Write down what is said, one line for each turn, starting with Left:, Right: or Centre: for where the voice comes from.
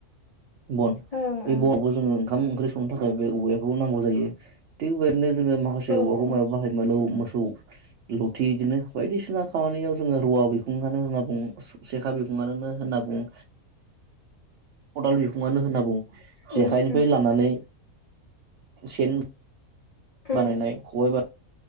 Right: बन
Left: ओं
Right: बे
Left: ओं
Right: बनाव जोङो ओंखाम ओंख्रि नो थाखाय बे औवाखौ नांगौ जायो थिग बेदिनो जोङो माखासे
Left: औ
Right: औवाखौ
Left: औ
Right: मायाव बाहायो मलौ मोसौ लथि बिदिनो बायदिसिना खामानियाव जोङो रुवा बिखुं गानो होनना बुं सेखा बिगखुङानो होनना बुं खदाल बिखुङानो होनना बुङो जेखाइनिफ्राय
Left: उम उम
Right: लानानै सेन
Left: उम
Right: बानायनाय खबाय बानाय